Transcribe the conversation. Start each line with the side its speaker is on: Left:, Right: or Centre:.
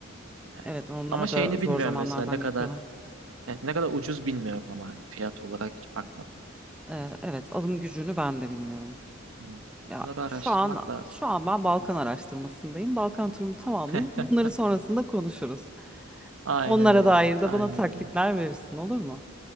Right: Yani.
Centre: Evet, onlar
Right: Ama şeyini
Centre: da zor
Right: bilmiyorum
Centre: zamanlardan
Right: mesela ne
Centre: geçiyorlar.
Right: kadar Evet, ne kadar ucuz bilmiyorum ama hani fiyat olarak hiç bakmadım.
Centre: Ee, evet, alım gücünü ben de bilmiyorum.
Right: Hmm.
Centre: Ya
Right: Bunları araştırmak
Centre: şu an
Right: lazım.
Centre: şu an ben Balkan araştırmasındayım. Balkan turumu tamamlayayım.
Right: <laughs>
Centre: Bunları sonrasında konuşuruz.
Right: Aynen
Centre: Onlara
Right: öyle.
Centre: dair de
Right: Aynen
Centre: bana taktikler
Right: öyle.
Centre: verirsin olur mu?